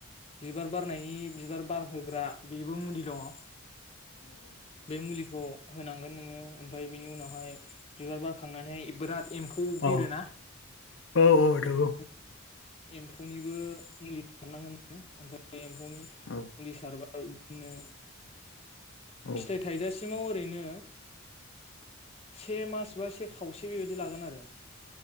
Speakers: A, on the left; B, on the left.
A: बिबार बारनायनि बिबार बारहोग्रा बेबो मुलि दङ। बे मुलिखौ होनांगोन नोङो ओमफ्राय बिनि उनावहाय बिबार बार खांनानै बिराद एम्फौ बिरोना
B: औ औ औ थांगौ।
A: एम्फौ एम्फौनिबो मुलि सारनांगोन नोङो ओमफ्राय एम्फौनि
B: औ
A: मुलि सारबा इदिनो
B: औ
A: फिथाइ थाइजासि सिमाव ओरैनो से मास बा से खावसे बेबायदि लागोन आरो।